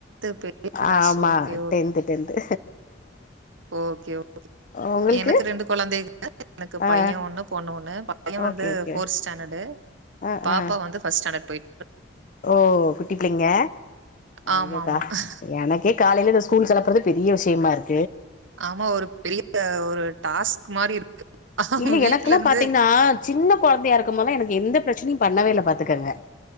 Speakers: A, on the right (about 70°); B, on the left (about 40°).
A: பெரிய கிளாஸ்
B: ஆமா
A: okay,
B: tenth tenth
A: okay okay
B: உங்களுக்கு
A: எனக்கு ரெண்டு கொழந்தேக எனக்கு பைய
B: ஆ
A: ஒண்ணு பொண்ணு ஒண்ணு பையன் வந்து
B: ஓகே ஓகே
A: ஃபோர்த் ஸ்டாண்டர்ட் து
B: ஆ
A: பாப்பா
B: ஆ
A: வந்து ஃபஸ்ட்ஸாண்டர்ட் போயிட்
B: ஓ குட்டிப் பிள்ளைங்க
A: ஆமாமா.
B: ஐயோக்கா
A: ஆமா
B: எனக்கே காலைல இந்த ஸ்கூ ஸ்கூல் கெலப்புறது பெரிய விஷயமாருக்
A: ஆமா ஒரு பெரிய ஒரு டாஸ்க் மாரி இருக்கு
B: இல்ல
A: வீட்லருந்து
B: எனக்குலா பாத்தீங்ன்னா சின்ன கொழந்தையா இருக்கும் போலா எனக்கு எந்தப் ப்ரச்சனையும் பண்ணவேல்ல பாத்துக்கங்க